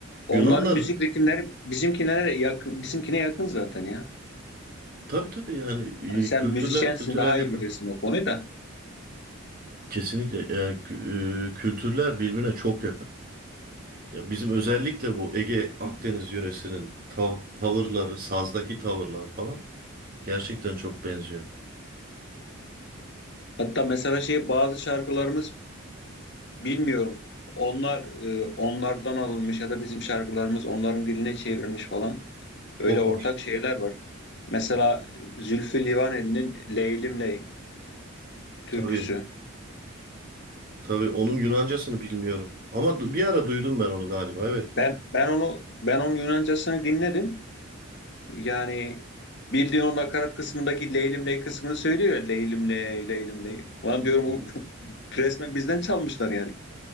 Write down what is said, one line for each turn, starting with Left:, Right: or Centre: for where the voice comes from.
Left: Onların
Right: Yunanların
Left: müzik ritimleri bizimkine de yakın, bizimkine yakın zaten ya.
Right: tabii tabii yani
Left: Hani sen
Right: e, kültürler
Left: müzisyensin
Right: kültürler
Left: daha
Right: yakın.
Left: iyi bilirsin o konuyu da.
Right: Kesinlikle yani kü- e, kültürler birbirine çok yakın. Ya bizim özellikle bu Ege Akdeniz yöresinin tav- tavırları, sazdaki tavırlar falan gerçekten çok benziyor.
Left: Hatta mesela şey bazı şarkılarımız bilmiyorum. Onlar e, onlardan alınmış ya da bizim şarkılarımız onların diline çevrilmiş falan.
Right: Çok
Left: Öyle ortak
Right: var.
Left: şeyler var. Mesela Zülfü Livaneli'nin Leylim Ley türküsü.
Right: Tabii, tabii onun Yunancasını bilmiyorum. Ama du- bir ara duydum ben onu galiba, evet.
Left: Ben ben onu ben onun Yunancasını dinledim. Yani bildiğin o nakarat kısmındaki Leylim Ley kısmını söylüyor. ya, Leylim Ley, Leylim Ley. Lan diyorum bu
Right: Hı hı.
Left: <laughs> resmen bizden çalmışlar yani.